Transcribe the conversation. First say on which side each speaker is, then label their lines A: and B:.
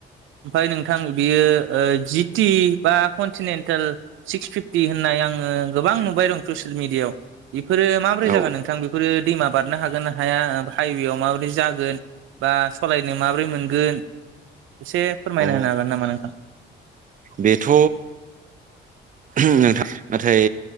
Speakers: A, on the right; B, on the right.
A: ओमफाय नोंथां बियो ओ जि टि बा कनटिन्टेल सिक्स फिफटि होननाय आङो गोबां नुबाय दं ससियेल मिडियाआव बेफोरो माबोरै
B: औ
A: जागोन नोंथां बेफोरो दैमा बारनो हागोन ना हाया हाइवेयाव माबोरै जागोन बा स सलायनो माबोरै मोनगोन एसे फोरमायना
B: अ
A: होनो हागोन नामा नोंथां?
B: बेथ' <unintelligible> नोंथां नाथाय